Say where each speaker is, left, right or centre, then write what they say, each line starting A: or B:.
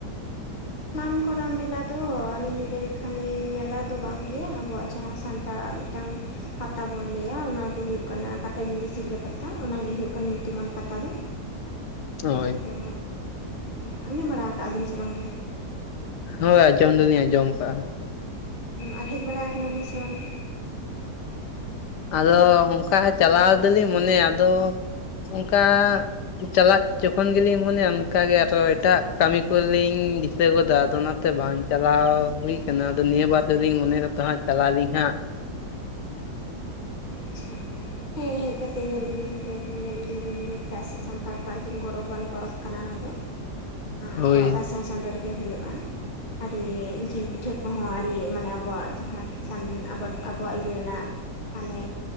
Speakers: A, on the left; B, on the left.
A: ᱥᱟᱱᱟᱢᱠᱚᱨ ᱢᱮᱞᱟ ᱫᱚ ᱟᱹᱞᱤᱧ ᱫᱚ ᱞᱟᱹᱭ ᱞᱮᱠᱷᱟᱱ ᱞᱤᱧ ᱢᱮᱞᱟ ᱫᱚ ᱵᱟᱝ ᱜᱮ ᱟᱵᱚᱣᱟᱜ ᱡᱟᱦᱟᱸ ᱥᱟᱱᱛᱟᱲ ᱛᱟ ᱢᱤᱫᱴᱟᱝ ᱯᱟᱛᱟ ᱵᱚᱱ ᱞᱟᱹᱭᱟ ᱚᱱᱟ ᱫᱚ ᱦᱩᱭᱩᱜ ᱠᱟᱱᱟ ᱯᱟᱴᱟᱵᱤᱸᱫᱟᱹ ᱥᱤᱞᱫᱟᱹ ᱯᱟᱛᱟ ᱚᱱᱟᱜᱮ ᱦᱩᱭᱩᱜ ᱠᱟᱱᱟ ᱧᱩᱛᱩᱢᱟᱱ ᱯᱟᱛᱟ ᱫᱚ᱾
B: ᱦᱳᱭ
A: ᱟᱫᱚ ᱟᱸᱡᱚᱢ ᱵᱟᱲᱟ ᱠᱟᱜ ᱵᱤᱱ ᱥᱮ ᱵᱟᱝᱜᱮ?
B: ᱦᱳᱭ ᱟᱸᱡᱚᱢ ᱫᱚᱞᱤᱧ ᱟᱸᱡᱚᱢ ᱟᱠᱟᱟᱜᱼᱟ‍᱾
A: ᱟᱨ ᱦᱮᱡ ᱵᱟᱲᱟ ᱟᱠᱟᱱᱟ ᱵᱤᱱ ᱥᱮ ᱵᱟᱝᱜᱮ?
B: ᱟᱫᱚ ᱚᱱᱠᱟ ᱪᱟᱞᱟᱣ ᱫᱚᱞᱤᱧ ᱢᱚᱱᱮᱭᱟ ᱟᱫᱚ ᱚᱱᱠᱟ ᱪᱟᱞᱟᱜ ᱡᱚᱠᱷᱚᱱ ᱜᱮᱞᱤᱧ ᱢᱚᱱᱮᱭᱟ ᱚᱱᱠᱟᱜᱮ ᱟᱨᱚ ᱮᱴᱟᱜ ᱠᱟᱹᱢᱤ ᱠᱚᱞᱤᱧ ᱫᱤᱥᱟᱹ ᱜᱚᱫᱟ ᱟᱫᱚ ᱚᱱᱟ ᱛᱮ ᱵᱟᱝ ᱪᱟᱞᱟᱣ ᱦᱩᱭ ᱟᱠᱟᱱᱟ ᱟᱫᱚ ᱱᱤᱭᱟᱹ ᱵᱟᱨ ᱫᱚᱞᱤᱧ ᱢᱚᱱᱮᱭ ᱫᱟ ᱛᱚ ᱦᱟᱸᱜ ᱪᱟᱞᱟᱜ ᱟᱹᱞᱤᱧ ᱦᱟᱸᱜ᱾
A: ᱟᱪᱪᱷᱟ ᱾ ᱦᱮᱸ ᱦᱮᱡ ᱠᱟᱛᱮ ᱧᱮᱞ ᱤᱫᱤ ᱫᱚ ᱧᱮᱞ ᱤᱫᱤᱭ ᱵᱤᱱ ᱜᱮ ᱪᱮᱫᱟᱜ ᱥᱮ ᱥᱟᱱᱛᱟᱲ ᱠᱚᱣᱟᱜ ᱟᱹᱰᱤ ᱜᱚᱨᱚᱵᱟᱱ ᱯᱚᱨᱚᱵᱽ ᱠᱟᱱᱟ ᱱᱚᱣᱟ ᱫᱚ᱾
B: ᱦᱳᱭ
A: ᱟᱵᱚᱣᱟᱜ ᱫᱟᱸᱥᱟᱭ ᱪᱟᱸᱫ ᱨᱮᱜᱮ ᱦᱩᱭᱩᱜᱼᱟ᱾ ᱟᱹᱰᱤ ᱡᱤᱞ ᱯᱤᱴᱷᱟᱹ ᱠᱚᱦᱚᱸ ᱟᱹᱰᱤ ᱢᱟᱱᱮ ᱟᱵᱚᱣᱟᱜ ᱡᱟᱦᱟᱸᱮᱥ ᱟᱵᱚᱣᱟᱜ ᱤᱭᱟᱹ ᱨᱮᱱᱟᱜ ᱢᱟᱱᱮ